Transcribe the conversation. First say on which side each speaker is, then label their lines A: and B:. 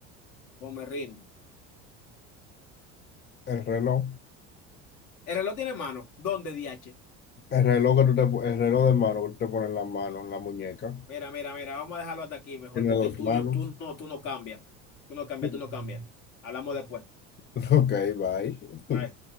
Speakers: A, on the left; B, on the left.
A: Pues me rindo.
B: El reloj.
A: ¿El reloj tiene mano? ¿Dónde, DH?
B: El reloj que tú te, po- el reloj de mano que tú te pones en la mano, en la muñeca,
A: Mira, mira, mira, vamos a dejarlo hasta aquí mejor,
B: tiene
A: porque
B: dos
A: tú,
B: manos.
A: yo, tú no, tú no cambias. Tú no cambias,
B: <laughs>
A: tú no cambias. Hablamos después.
B: Ok, bye.
A: Bye.